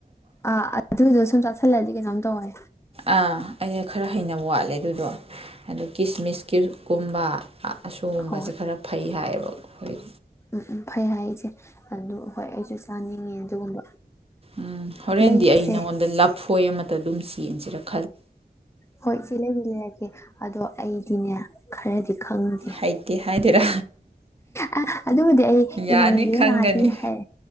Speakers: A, on the left; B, on the right.
A: ꯑꯥ ꯑꯗꯨꯗꯣ ꯁꯨꯝ ꯆꯥ ꯁꯜꯂꯗꯤ ꯀꯩꯅꯣꯝ ꯇꯧꯋꯦ꯫
B: ꯑꯥ ꯑꯩ ꯈꯔ ꯍꯩꯅꯕ ꯋꯥꯠꯂꯦ ꯑꯗꯨꯗꯣ ꯑꯗꯨ ꯀꯤꯁꯃꯤꯁ ꯃꯤꯔꯨꯛ ꯀꯨꯝꯕ ꯑꯁꯨꯒꯨꯝꯕꯁꯦ
A: ꯍꯣꯏ
B: ꯈꯔ ꯐꯩ ꯍꯥꯏꯌꯦꯕ ꯑꯩ
A: ꯎꯝ ꯎꯝ ꯐꯩ ꯍꯥꯏ ꯏꯆꯦ ꯑꯗꯨ ꯍꯣꯏ ꯑꯩꯁꯨ ꯆꯥꯅꯤꯡꯉꯦ ꯑꯗꯨꯒꯨꯝꯕ
B: ꯎꯝ ꯍꯣꯔꯦꯟꯗꯤ
A: ꯂꯩꯁꯦ
B: ꯑꯩ ꯅꯪꯉꯣꯟꯗ ꯂꯞꯐꯣꯏ ꯑꯃꯥ ꯇꯥꯗꯨꯝ ꯌꯦꯟꯁꯤꯔꯛꯄ
A: ꯍꯣꯏ ꯏꯆꯦ ꯂꯩꯕꯤ ꯂꯩꯔꯀꯦ ꯑꯗꯣ ꯑꯩꯗꯤꯅꯦ ꯈꯔꯗꯤ ꯈꯪꯗꯦ
B: ꯍꯩꯇꯦ ꯍꯥꯏꯗꯣꯏꯔꯥ
A: ꯑ ꯑꯗꯨꯕꯨꯗꯤ ꯑꯩ
B: ꯌꯥꯅꯤ
A: ꯏꯃꯥꯟꯅꯕꯤꯗ
B: ꯈꯪꯒꯅꯤ
A: ꯂꯥꯛꯑꯅꯤ ꯍꯥꯏ